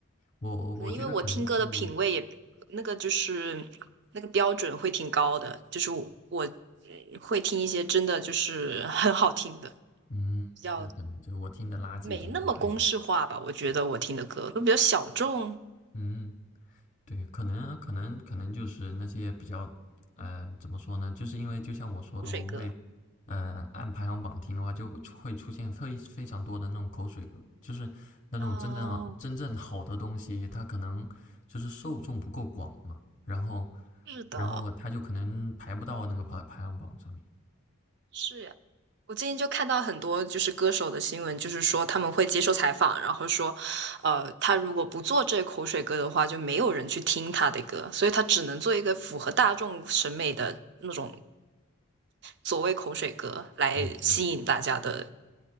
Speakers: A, on the left; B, on the right.
A: 我我觉得可能是，
B: 可能因为我听歌的品味也那个就是那个标准会挺高的，就是我我呃会听一些真的就是 <laughs> 很好听的，
A: 嗯，
B: 比较
A: 那可能就是我听的垃圾东西呗。
B: 没那么公式化吧。我觉得我听的歌都比较小众，
A: 嗯，对，可能可能可能就是那些比较，呃，怎么说呢？就是因为就像我说的，
B: 口水歌。
A: 我会，呃，按排行榜听的话，就会出会出现非非常多的那种口水歌，就是那种真正啊真正好的东西，
B: 哦，
A: 它可能就是受众不够广嘛，然后
B: 是的，
A: 然后它就可能排不到那个排排行榜上面。
B: 是呀。我最近就看到很多就是歌手的新闻，就是说他们会接受采访，然后说，呃，他如果不做这口水歌的话，就没有人去听他的歌，所以他只能做一个符合大众审美的那种所谓口水歌来吸引大家的
A: 嗯嗯。